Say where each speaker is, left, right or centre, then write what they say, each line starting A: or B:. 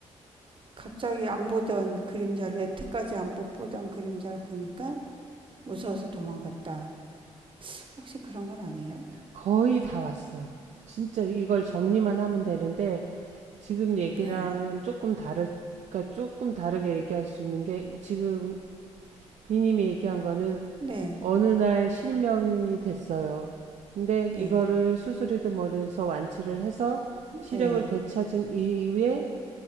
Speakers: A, on the right; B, on the right.
A: 갑자기 안 보던 그림자를 여태까지 안 못 보던 그림자를 보니까 무서워서 도망갔다. 혹시 그런 건 아니에요?
B: 거의 다 왔어요. 진짜 이걸 정리만 하면 되는데 지금 얘기랑은
A: 네.
B: 조금 다르, 그러니까 조금 다르게 얘기할 수 있는 게 지금 비님이 얘기한 거는
A: 네,
B: 어느 날 실명이 됐어요. 근데
A: 네,
B: 이거를 수술이든 뭐를 해서 완치를 해서 시력을
A: 네,
B: 되찾은 이후에